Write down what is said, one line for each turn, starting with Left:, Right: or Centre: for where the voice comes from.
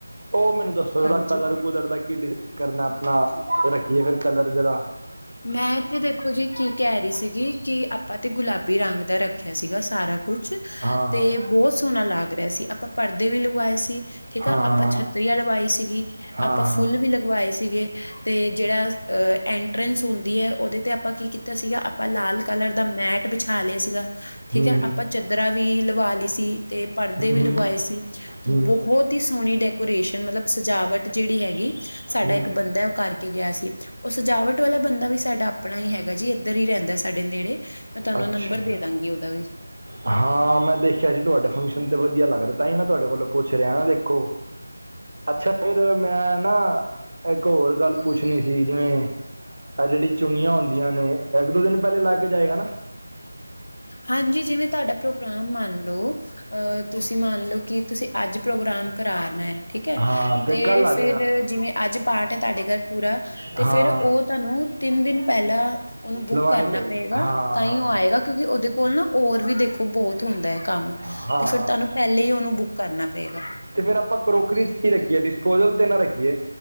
Right: ਉਹ ਮੈਨੂੰ ਦੱਸੋ ਜੇੜਾ
Left: ਹਾਂਜੀ
Right: ਕਲਰ ਕੁਲਰ ਦਾ ਕੀ ਕਰਨਾ ਆਪਣਾ ਉਹ ਰੱਖੀਏ ਫਿਰ ਕਲਰ ਜੇੜਾ,
Left: ਮੈਂ ਤੇ ਦੇਖੋ ਜੀ ਕੀ ਕਹਿ ਰਹੀ ਸੀਗੀ ਕਿ ਆਪਾਂ ਤੇ ਗੁਲਾਬੀ ਰੰਗ ਦਾ ਰੱਖ, ਰਖਿਆ ਸੀਗਾ ਸਾਰਾ ਕੁਛ।
Right: ਹਾਂ ਹਾਂ
Left: ਤੇ ਬਹੁਤ ਸੋਹਣਾ ਲੱਗ ਰਿਹਾ ਸੀ। ਆਪਾਂ ਪਰਦੇ ਵੀ ਲਵਾਏ ਸੀ। ਠੀਕ
Right: ਹਾਂ
Left: ਆ,
Right: ਹਾਂ
Left: ਆਪਾਂ ਛੱ ਤਰੀਆਂ ਲਵਾਈ ਸੀਗੀ।
Right: ਹਾਂ
Left: ਆਪਾਂ
Right: ਹਾਂ
Left: ਫੁੱਲ ਵੀ ਲਗਵਾਏ ਸੀਗੇ ਤੇ ਜੇੜਾ ਅਹ ਐਂ ਪ੍ਰਿੰਸ ਹੁੰਦੀ ਹੈ। ਉਹਦੇ ਤੇ ਆਪਾਂ ਕੀ ਕੀਤਾ ਸੀਗਾ, ਆਪਾਂ ਲਾਲ ਕਲਰ ਦਾ ਮੈਟ ਬਛਾ ਲਿਆ ਸੀਗਾ ਠੀਕ
Right: ਹੂੰ
Left: ਹੈ ਆਪਾਂ ਚਦਰਾਂ ਵੀ ਲਵਾ ਲਈ ਸੀ ਤੇ ਪਰਦੇ
Right: ਹੂੰ ਹੂੰ
Left: ਵੀ ਲਵਾਏ ਸੀ।
Right: ਹੂੰ
Left: ਬਹੁਤ ਐਡੀ ਸੋਹਣੀ ਡੈਕੋਰੇਸ਼ਨ ਮਤਲਬ ਸਜਾਵਟ, ਜੇੜੀ ਹੈਗੀ ਸਾਡਾ
Right: ਹੂੰ
Left: ਇੱਕ ਬੰਦਾ ਉਹ ਕਰਕੇ ਕੇ ਗਿਆ ਸੀ। ਉਹ ਸਜਾਵਟ ਵਾਲਾ ਬੰਦਾ ਵੀ ਸਾਡਾ ਆਪਣਾ ਹੀ ਹੈਗਾ ਜੀ ਇੱਧਰ ਹੀ ਰਹਿੰਦਾ ਸਾਡੇ ਨੇੜੇ ਤੁਹਾਨੂੰ
Right: ਅੱਛਾ
Left: ਨੰਬਰ ਦੇ ਦਾਂਗੀ ਉਹਦਾ ਵੀ
Right: ਹਾਂ, ਮੈਂ ਦੇਖਿਆ ਸੀ‌। ਤੁਹਾਡੇ ਫੰਕਸ਼ਨ ਤੇ ਵਧੀਆ ਲੱਗ ਰਹੇ ਤਾਂ ਹੀ ਮੈਂ ਤੁਹਾਡੇ ਕੋਲੋਂ ਪੁੱਛ ਰਿਹਾ। ਦੇਖੋ! ਅੱਛਾ, ਫਿਰ ਮੈਂ ਨਾ ਇੱਕ ਹੋਰ ਗੱਲ ਪੁੱਛਣੀ ਸੀ। ਜਿਵੇਂ- ਆ ਜੇੜੀ ਚੁਨੀਆਂ ਹੁੰਦੀਆਂ ਨੇ ਇੱਕ ਦੋ ਦਿਨ ਪਹਿਲੇ ਲਾ ਕੇ ਜਾਏਗਾ ਨਾ
Left: ਹਾਂਜੀ, ਜਿਵੇਂ- ਤੁਹਾਡਾ ਪ੍ਰੋਗਰਾਮ ਮੰਨ ਲਓ ਅਹ! ਤੁਸੀਂ ਮੰਨਲੋ ਕਿ ਤੁਸੀਂ ਅੱਜ ਪ੍ਰੋਗਰਾਮ ਕਰਾਨਾ ਹੈ ਠੀਕ ਠੀਕ ਹੈ
Right: ਹਾਂ
Left: ਤੇ
Right: ਕੱਲ ਆ
Left: ਫਿਰ
Right: ਜਾਏਗਾ
Left: ਜਿਵੇਂ ਅੱਜ ਪਾਠ ਹੈ। ਤੁਹਾਡੇ ਘਰ ਪੂਰਾ
Right: ਹਾਂ
Left: ਤੇ ਫੇਰ ਉਹ ਤੁਹਾਨੂੰ ਤਿੰਨ ਦਿਨ ਪਹਿਲਾਂ ਉਹਨੂੰ ਬੁੱਕ
Right: ਲਵਾਣੀ
Left: ਕਰਨਾ
Right: ਪਏਗੀ
Left: ਪਏਗਾ
Right: ਹਾਂ
Left: ਤਾਂ
Right: ਹਾਂ
Left: ਹੀ ਉਹ ਆਏ ਕਿਉਂਕਿ ਉਹਦੇ ਕੋਲ ਨਾ ਹੋਰ ਵੀ ਦੇਖੋ ਬਹੁਤ ਹੁੰਦਾ ਹੈ। ਕੰਮ
Right: ਹਾਂ
Left: ਤੇ ਫਿਰ
Right: ਹਾਂ
Left: ਤੁਹਾਨੂੰ ਪਹਿਲੇ ਹੀ ਉਹਨੂੰ ਬੁੱਕ ਕਰਨਾ ਪਏਗਾ।
Right: ਤੇ ਫੇਰ ਆਪਾਂ ਕਰੋਕਰੀ ਚ ਕੀ ਰੱਖੀਏ, ਡਿਸਪੋਜਲ ਤੇ ਨਾ ਰੱਖੀਏ।